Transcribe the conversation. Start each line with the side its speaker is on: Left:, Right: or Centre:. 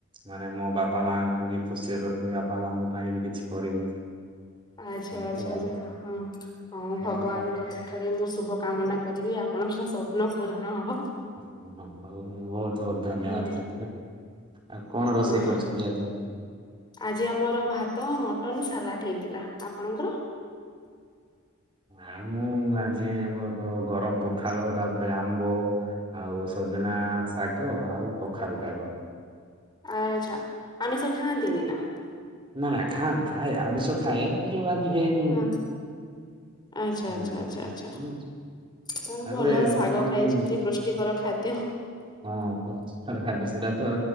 Right: ମାନେ ମୋ ବାପା ମାଙ୍କୁ ବି ଖୁସିରେ ରଖିବି ବାପା ମାଙ୍କ ପାଇଁ ବି କିଛି କରିବି।
Left: ଆଛା
Right: ଏମିତି
Left: ଆଛା
Right: ଆଉ।
Left: ହ ହଁ
Right: ହୁଁ
Left: ଭଗବାନଙ୍କ
Right: ହଁ,
Left: ପାଖରେ ମୁଁ ଶୁଭ କାମନା କରିବି ଆପଣଙ୍କ ସ୍ୱପ୍ନ ପୂରଣ ହବ।
Right: ହ ବହୁତ ବହୁତ ଧନ୍ୟବାଦ।
Left: ହୁଁ
Right: ଆଉ କଣ ରୋଷେଇ
Left: ହଁ,
Right: କରୁଛନ୍ତି ଆଜି?
Left: ଆଜି ଆମର ଭାତ, ମଟନ, ସାଲାଟ ହେ ଥିଲା। ଆପଣଙ୍କର?
Right: ଆମଁ ଆଜି ଆମର ତ ଗରମ ପଖାଳ, ତାପରେ ଆମ୍ବ, ଆଉ ସଜନା ଶାଗ, ଆଉ କଖାରୁ ଶାଗ।
Left: ଆଚ୍ଛା ଆମେ ସବ ଖାଆନ୍ତିନି ନା?
Right: ନା ନା ଖା ଖାଏ ଆମିଷ ଖାଏ କିନ୍ତୁ ହେଇନି
Left: ହଁ ଆଚ୍ଛା
Right: ହୁଁ।
Left: ଆଚ୍ଛା ଆଛା ଆଛା।
Right: ହୁଁ
Left: ତ
Right: ତାପରେ
Left: ଭଲ ଶାଗ
Right: କଣ
Left: ଖାଇଛନ୍ତିଛନ୍ତି
Right: କି
Left: ପୃଷ୍ଟିକର ଖାଦ୍ୟ
Right: ହଁ ଖା ସେଟା ତ